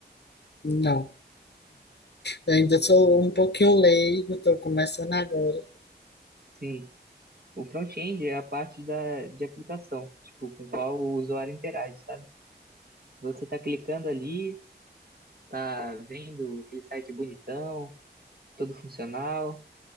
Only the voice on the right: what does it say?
Sim, o front-end é a parte da, de aplicação, tipo, com qual o usuário interage, sabe? Você tá clicando ali, tá vendo aquele site bonitão, todo funcional,